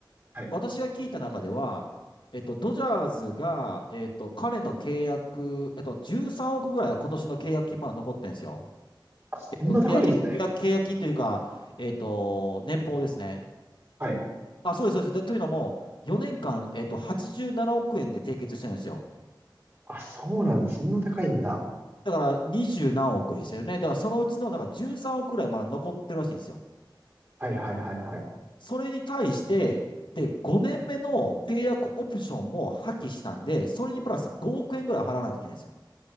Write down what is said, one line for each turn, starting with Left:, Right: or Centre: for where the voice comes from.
Right: はい。
Left: 私が聞いた中では、えっと、ドジャーズが、えっと、彼の契約、えっと、13億ぐらいは今年の契約金まだ残ってんですよ。
Right: あ、そんな高いんですね。
Left: えっと、契約金と、契約契約金というか、えっと、年俸ですね。
Right: はい。
Left: あ、そうです、そうです。でというのも、4年間、えっと、87億円で締結してるんですよ。
Right: あ、そうなんだ。そんな高いんだ。
Left: だから、20何億ですよね。だから、そのうちの、なんか13億ぐらいまだ残ってるらしいんですよ。
Right: はいはいはいはい。
Left: それに対して、で、5年目の契約オプションも破棄したんで、それにプラス5億円ぐらい払わないといけないんですよ。